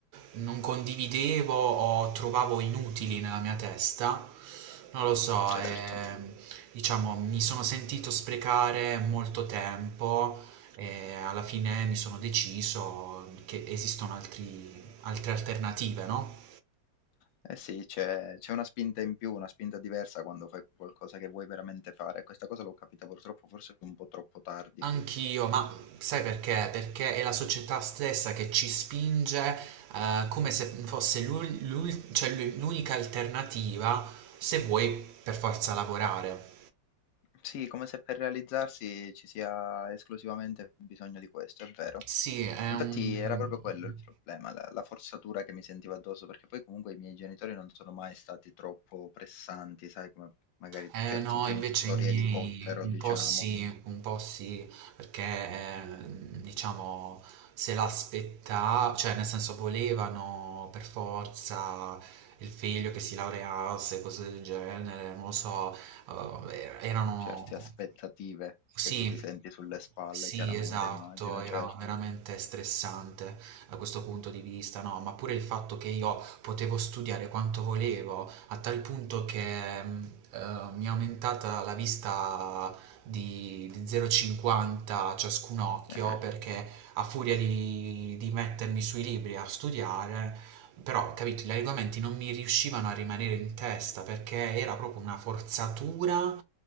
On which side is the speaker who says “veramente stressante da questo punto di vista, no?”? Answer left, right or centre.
Right